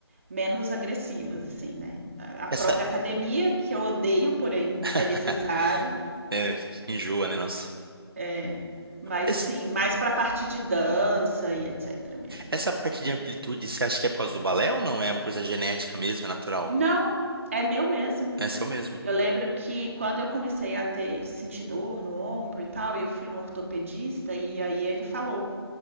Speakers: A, on the right (about 30°); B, on the right (about 60°).
A: menos agressivas, assim, né? A
B: Essa.
A: própria academia, que eu odeio, porém
B: <laughs>
A: é necessário,
B: É, enjoa, né, nossa?
A: é, mas
B: Esse-
A: assim, mais pra parte de dança e etc mesmo.
B: Essa parte de amplitude, você acha que é por causa do balé ou não? É uma coisa genética mesmo, é natural?
A: Não, é meu mesmo.
B: É seu mesmo.
A: Eu lembro que quando eu comecei a ter sentir dor no ombro e tal, eu fui no ortopedista e aí ele falou,